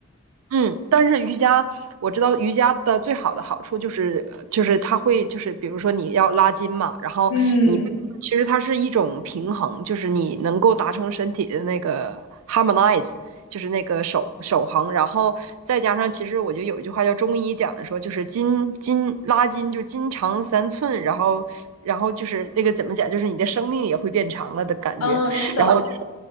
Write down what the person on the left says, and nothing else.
嗯，
嗯，是的，